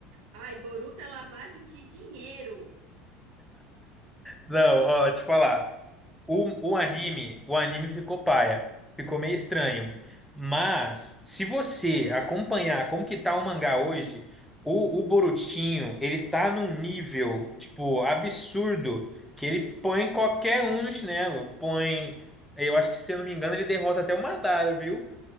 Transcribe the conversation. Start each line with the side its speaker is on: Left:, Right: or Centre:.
Right: Ai, Boruto é lavagem de dinheiro.
Centre: Não, ó, te falar. O,
Right: Hum.
Centre: o anime, o anime ficou paia. Ficou meio estranho. Mas, se você acompanhar como que tá o mangá hoje, o, o Borutinho, ele tá num nível, tipo, absurdo, que ele põe qualquer um no chinelo. Põe, eu acho que, se eu não me engano, ele derrota até o Madara, viu?